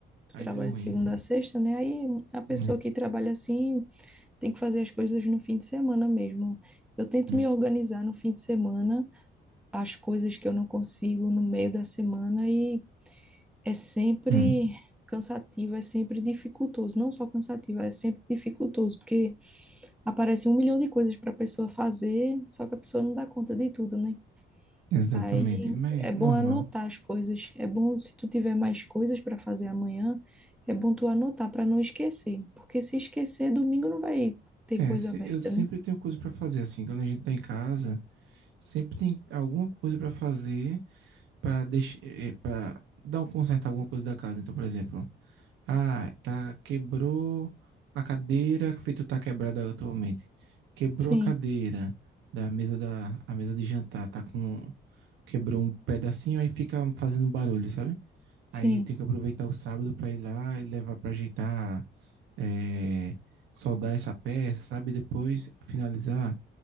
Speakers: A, in the centre; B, on the right (about 85°).
A: Tu
B: aí
A: trabalha
B: deu ruim.
A: de segunda a sexta, né? Aí a pessoa
B: Hum,
A: que trabalha assim tem que fazer as coisas no fim de semana mesmo. Eu tento
B: hum.
A: me organizar no fim de semana as coisas que eu não consigo no meio da semana e é sempre
B: hum.
A: cansativo, é sempre dificultoso, não só cansativo, é sempre dificultoso, porque aparece um milhão de coisas para a pessoa fazer, só que a pessoa não dá conta de tudo, né?
B: Exatamente,
A: Aí
B: mas
A: é
B: normal.
A: bom anotar as coisas, é bom se tu tiver mais coisas para fazer amanhã, é bom tu anotar para não esquecer, porque se esquecer, domingo não vai ter
B: É,
A: coisa
B: se-
A: aberta,
B: eu sempre
A: né?
B: tenho coisa para fazer assim, quando a gente tá em casa, Sempre tem alguma coisa para fazer para deixar, para dar um conserto em alguma coisa da casa. Então, por exemplo, ah, tá quebrou a cadeira, feito tá quebrada atualmente. Quebrou
A: Sim,
B: a cadeira da mesa da a mesa de jantar, tá com quebrou um pedacinho aí fica fazendo barulho, sabe? Aí
A: sim.
B: tem que aproveitar o sábado para ir lá e levar para ajeitar, é, soldar essa peça, sabe? Depois finalizar